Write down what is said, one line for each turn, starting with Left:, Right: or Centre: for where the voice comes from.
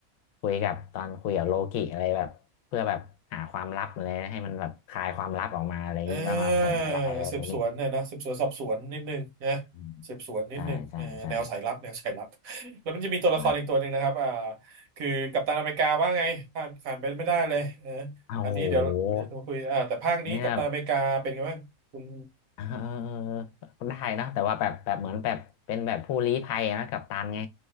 Left: คุยกับตอนคุยกับโลกิอะไรแบบเพื่อแบบหาความลับอะไรให้มันแบบคลายความลับออกมาอะไรอย่างนี้ว่ามาแผนอะไรอะไรอย่างนี้
Right: เ่าสืบสวนเนี่ยนะสืบสวนสอบสวนนิดนึงนะ
Left: อืม
Right: สืบสวนนิดนึงเออแนวสายลับแนวสายลับ
Left: ใช่ใช่ใช่
Right: <laughs> แล้วมันจะมีตัวละครอีกตัวหนึ่งนะครับอ่า
Left: อา
Right: คือกัปตันอเมริกาว่าไงผ่านผ่านไปไม่ได้เลยเออ
Left: โอ้โห
Right: อันนี้เดี๋ยวเดี๋ยวมาคุยอ่าแต่ภาคนี้กัปตันอเมริกาเป็นไงบ้างคุณ
Left: เนี่ยเออ <laughs> ได้นะแต่ว่าแบบแบบเหมือนแบบเป็นแบบผู้ลี้ภัยนะกัปตันไง